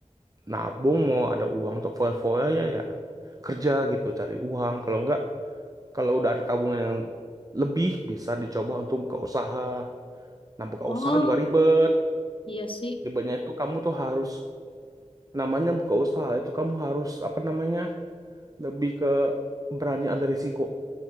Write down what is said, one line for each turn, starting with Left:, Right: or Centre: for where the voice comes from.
Right: nabung, mau ada uang untuk foya-foya ya ya kerja gitu, cari uang. Kalau nggak, kalau udah ada tabungan yang lebih bisa dicoba untuk buka usaha. Nah buka
Left: oh
Right: usaha juga ribet,
Left: iya sih,
Right: ribetnya itu kamu tuh harus namanya buka usaha itu kamu harus apa namanya lebih ke berani ambil risiko.